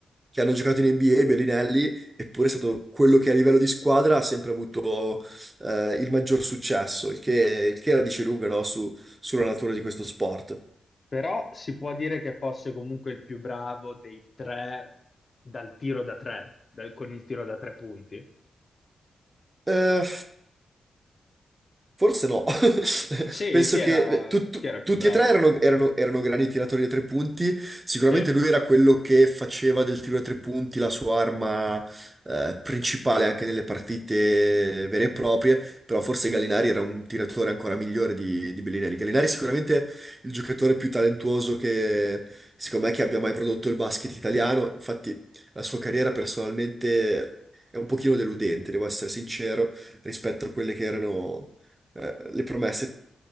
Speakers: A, on the right (about 25°); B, on the left (about 45°).
A: che hanno giocato in NBA, Bellinelli, eppure è stato quello che a livello di squadra ha sempre avuto eh, il maggior successo, il che, il che la dice lunga, no, su- sulla natura di questo sport.
B: Però si può dire che fosse comunque il più bravo dei tre dal tiro da tre, dal- con il tiro da tre punti.
A: Eh, Forse no. <laughs>
B: Sì,
A: Penso
B: chi era,
A: che beh, tu- tu-
B: chi era il
A: tutti
B: più bravo?
A: e tre erano, erano- erano grandi tiratori da tre punti. Sicuramente
B: Sì.
A: lui era quello che faceva del tiro da tre punti la sua arma eh, principale anche nelle partite vere e proprie, però forse Gallinari era un tiratore ancora migliore di, di Bellinelli. Gallinari è sicuramente il giocatore più talentuoso che secondo me che abbia mai prodotto il basket italiano. Infatti la sua carriera personalmente è un pochino deludente, devo essere sincero rispetto a quelle che erano eh, le promesse.